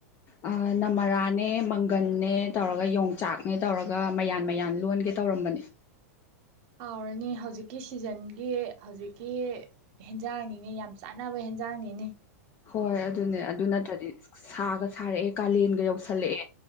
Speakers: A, on the left; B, on the right.
A: ꯑꯥ ꯅꯃꯔꯥꯅꯦ ꯃꯪꯒꯟꯅꯦ ꯇꯧꯔꯒ ꯌꯣꯡꯆꯥꯛꯅꯦ ꯇꯧꯔꯒ ꯃꯌꯥꯟ ꯃꯌꯥꯟ ꯂꯣꯟꯒꯦ ꯇꯧꯔꯝꯕꯅꯦ
B: ꯍꯥꯎꯔꯅꯤ ꯍꯧꯖꯤꯛꯀꯤ ꯁꯤꯖꯟꯒꯤ ꯍꯧꯖꯤꯛꯀꯤ ꯍꯦꯟꯖꯥꯡꯅꯤꯉ ꯌꯥꯝ ꯆꯥꯅꯕ ꯍꯦꯟꯖꯥꯡꯅꯤꯅꯦ
A: ꯍꯣꯏ ꯑꯗꯨꯅꯦ ꯑꯗꯨ ꯅꯠꯇ꯭ꯔꯗꯤ ꯁꯥꯒ ꯁꯥꯔꯛꯑꯦ ꯀꯥꯂꯦꯟꯒ ꯌꯧꯁꯜꯂꯛꯑꯦ